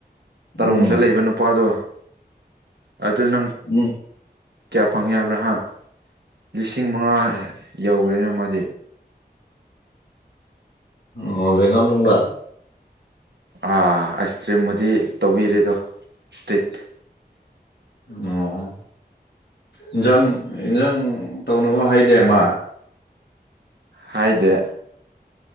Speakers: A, on the right; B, on the left.
A: ꯇꯔꯨꯡꯗ
B: ꯎꯝ
A: ꯂꯩꯕ ꯅꯨꯄꯥꯗꯣ ꯑꯗꯨ ꯅꯪ
B: ꯎꯝ
A: ꯀꯌꯥ ꯐꯪꯉꯦ ꯍꯥꯏꯕ꯭ꯔꯥ ꯍꯥꯥ ꯂꯤꯁꯤꯡ ꯃꯉꯥ ꯌꯧꯈꯔꯦꯅ ꯃꯥꯗꯤ
B: ꯑꯣ ꯦꯉꯅ ꯂꯅꯨꯡ꯭ꯔꯗꯥ
A: ꯥ ꯑꯥꯏꯁ ꯀ꯭ꯔꯤꯝꯕꯨꯗꯤ ꯇꯧꯕꯤꯔꯦꯗꯣ ꯇ꯭ꯔꯤꯠ
B: ꯑꯣ ꯏꯟꯖꯥꯡ ꯑꯦꯟꯖꯥꯡ ꯇꯧꯅꯕ ꯍꯩꯗꯦꯃ
A: ꯍꯥꯏꯗꯦ